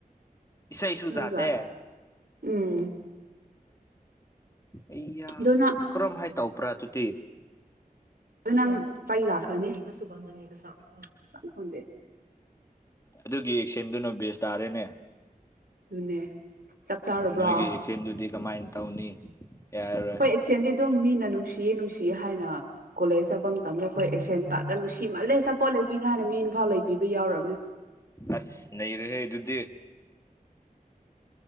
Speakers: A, on the left (about 20°); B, on the right (about 90°).
A: ꯏꯁꯩꯁꯨ
B: ꯍꯖ
A: ꯆꯥꯗꯦ
B: <inaudible> ꯎꯝ
A: ꯑꯩꯌꯥ
B: ꯑꯗꯨ ꯅꯪ
A: ꯀꯔꯝ ꯍꯥꯏ ꯇꯧꯕ꯭ꯔꯥ ꯑꯗꯨꯗꯤ
B: ꯑꯗꯨ ꯅꯪ ꯆꯩ ꯂꯥꯛꯈ꯭ꯔꯅꯤ
A: ꯑꯗꯨꯒꯤ ꯑꯦꯛꯁꯦꯟꯗꯨꯅ ꯕꯦꯁ ꯇꯥꯔꯦꯅꯦ
B: ꯑꯗꯨꯅꯦ ꯆꯥꯛ ꯆꯥꯔꯕ꯭ꯔꯥ
A: ꯅꯣꯏꯒꯤ ꯑꯦꯛꯁꯦꯟꯗꯨꯗꯤ ꯀꯃꯥꯏꯅ ꯇꯧꯅꯤ ꯌꯥꯔꯔꯣꯏ
B: ꯍꯣꯏ ꯆꯦꯟꯗꯤ ꯑꯗꯨꯝ ꯃꯤꯅ ꯅꯨꯡꯁꯤꯌꯦ ꯅꯨꯡꯁꯤꯌꯦ ꯍꯥꯏꯅ ꯀꯣꯂꯦꯖ ꯆꯠꯄ ꯃꯇꯝꯗ ꯈꯣꯏ ꯑꯦꯛꯁꯦꯟ ꯇꯧꯔ <inaudible> ꯅꯨꯡꯁꯤꯃꯜꯂꯦ ꯆꯞꯄꯣꯠ ꯂꯩꯕꯤꯒꯥꯏꯅ ꯃꯤꯅ ꯏꯝꯐꯥꯎ ꯂꯩꯕꯤꯕ ꯌꯥꯎꯝ
A: ꯑꯁ ꯅꯩꯔꯦꯍꯦ ꯑꯗꯨꯗꯤ